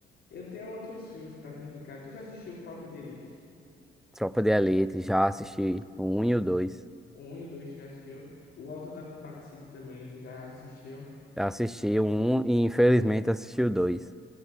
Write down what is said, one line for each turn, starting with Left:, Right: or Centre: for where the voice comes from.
Left: Eu tenho outros filmes pra te indicar. Tu já assistiu Tropa de Elite?
Centre: Tropa de Elite, já assisti o 1 e o dois
Left: O 1 e o 2 tu já assistiu. O Auto da Compadecida também tu já assistiu.
Centre: Já assisti o 1 e infelizmente assisti o dois